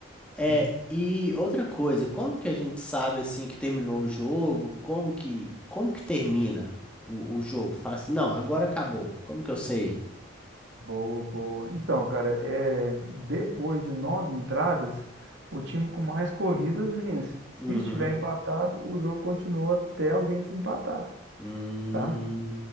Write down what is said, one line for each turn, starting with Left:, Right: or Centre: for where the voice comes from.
Centre: É,
Right: né?
Centre: e outra coisa, como que a gente sabe assim que terminou o jogo? Como que, como que termina o, o jogo? Fala assim, não, agora acabou. Como que eu sei?
Right: Boa, boa. Então, cara, é, depois de nove entradas, o time com mais corridas vence. Se
Centre: Uhum.
Right: estiver empatado, o jogo continua até alguém desempatar,
Centre: Hum,
Right: tá?